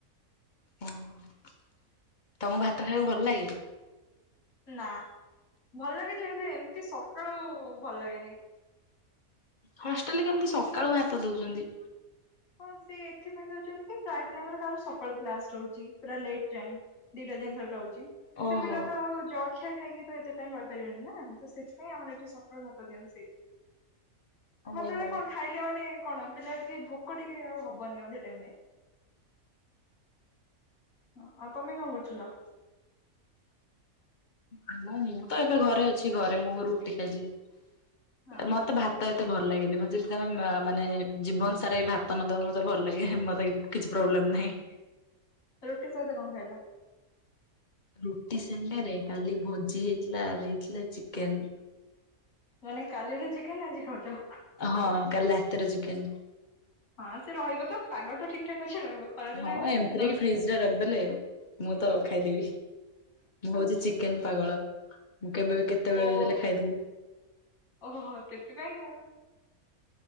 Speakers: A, on the left (about 45°); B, on the left (about 70°).
A: ଓ ତମକୁ ଭାତ ଖାଇବାକୁ ଭଲ ଲାଗେ।
B: ନା ଭଲ ଲାଗେ ଯେ ହେଲେ ଏମିତି ସକାଳୁ ଭଲ ଲାଗେନି।
A: ହଷ୍ଟେଲରେ କେମିତି ସକାଳୁ ଭାତ ଦେଉଛନ୍ତି।
B: ହଁ ସେଥିପାଇଁ ଦୋଉଛନ୍ତି କି ପ୍ରାୟ ପିଲାଙ୍କର କା ସକାଳୁ କ୍ଲାସ ରହୁଛି ପୁରା ଲେଟ ଯାଏଁ। ଦିଟା ଜିନିଷ ଏଠି ରହୁଚି
A: ଓହୋ।
B: ସେ ପିଲା ତ ଆଉ ଜଳଖିଆ ଖାଇକି ତ ଏଥିପାଇଁ ରହିପାରିବେନି ନା ତ ସେଥିପାଇଁ ଆମର ଏଠି ସକାଳୁଭାତ ଦିଆଯାଉଛି ସେଇଥି
A: ଓହୋ।
B: ମତେ ଏ କଣ ଖାଇଲି ମାନେ କଣ ପିଲା ଟିକେ ଭୋକ ଟିକେ ଆଉ ହବନି ଆଉ ବଧେ ଡେଲି। ହଁ ଆଉ ତମେ କଣ କରୁଥିଲ?
A: ଆ ମୁଁ ତ ଏବେ ଘରେ ଅଛି ଘରେ ମୁଁ ରୁଟି ଖାଇଥିଲି।
B: ହଁ
A: ମତେ ଭା ତ ଏତେ ଭଲ ଲାଗେନି ମୁଁ ଯଦି ତମେ ମାନେ ଜୀବନ ସାରା ଭାତ ନ ଦବ ମତେ ଭଲ ଲାଗେ। ନାଇଁ କିଛି ପ୍ରୋବ୍ଲେମ୍ ନାହିଁ।
B: ରୁଟି ସହିତ କଣ ଖାଇଲ?
A: ରୁଟି ସାଙ୍ଗରେ କାଲି ଭୋଜି ହେଇଥିଲା ଆ ଦେଇଥିଲେ ଚିକେନ।
B: ମାନେ କାଲିର ଚିକେନ ଆଜି ଖାଉଚ।
A: ହଁ କାଲି ରାତିର ଚିକେନ।
B: ହଁ ସେ ରହିବ ତ ପାଗର ତ ଠିକ୍ ଠାକ ଅଛି ରହିବ। ଖରାଦିନ
A: ହଁ
B: ହେଇଥିଲେ
A: ଏମିତିରେ
B: ସେ ନଷ୍ଟ
A: ବି ଫ୍ରିଜ
B: ହେଇଯିବ।
A: ରେ ରଖିଦେଲେ ମୁଁ ତ ଖାଇଦେବି। ମୁଁ ହୋଉଚି ଚିକେନ ପାଗଳ ମୁଁ କେବେ ବି କେତେବେଳେ
B: ହୁଁ ଓ
A: ବି ଦେଲେ ଖାଇଦେବି।
B: ଓହୋ ସେଥିପାଇଁ ଆଉ।